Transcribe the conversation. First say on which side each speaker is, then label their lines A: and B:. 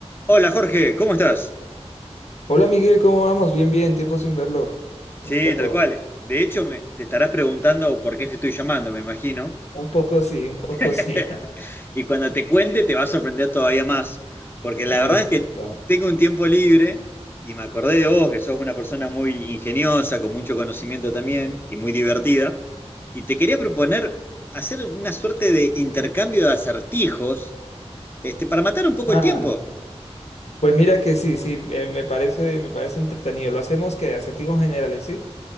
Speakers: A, on the left; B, on the left.
A: Hola Jorge, ¿cómo estás?
B: Hola Miguel, ¿cómo vamos? Bien, bien, tiempo sin verlo. ¿Cómo
A: Sí,
B: está todo?
A: tal cual. De hecho, me- te estarás preguntando por qué te estoy llamando, me imagino.
B: Un poco sí, un poco
A: <laughs>
B: sí. <laughs>
A: Y cuando te cuente te va a sorprender todavía más, porque la
B: A
A: verdad
B: ver,
A: es
B: cuéntame.
A: que tengo un tiempo libre y me acordé de vos, que sos una persona muy ingeniosa, con mucho conocimiento también y muy divertida, y te quería proponer hacer una suerte de intercambio de acertijos, este, para matar un poco
B: Ah,
A: el tiempo.
B: pues mira que sí, sí, eh, me parece, me parece entretenido. Lo hacemos que acertijos generales, ¿sí?